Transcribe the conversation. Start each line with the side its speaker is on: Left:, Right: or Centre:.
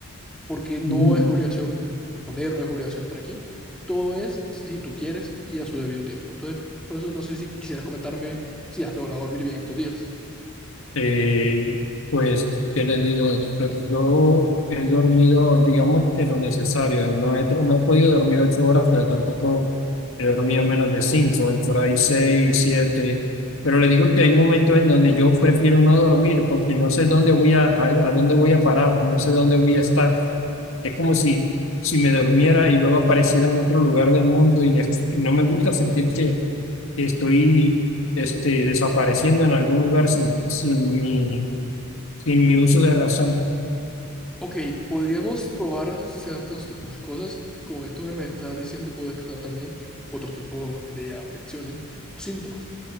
Centre: Porque no
Left: Mm.
Centre: es obligación responder, no es obligación estar aquí. Todo es si tú quieres y a su debido tiempo. Entonces, por eso no sé si quisieras comentarme si has logrado dormir bien estos días.
Left: Eh, pues, ¿qué le digo, doctor? Yo he dormido, digamos que lo necesario. No he, tra- no he podido dormir ocho horas, pero tampoco he dormido menos de cinco, por ahí seis, siete. Pero le digo que hay momentos en donde yo prefiero no dormir porque no sé dónde voy a, a a dónde voy a parar, no sé dónde voy a estar. Es como si, si me durmiera y luego apareciera en otro lugar del mundo y, es- y no me gusta sentir que estoy este, desapareciendo en algún lugar sin, sin mi, sin mi uso de razón.
Centre: Ok, podríamos probar ciertos tipos de cosas. Con esto que me estás diciendo, puedo descartar también otro tipo de afecciones o síntomas.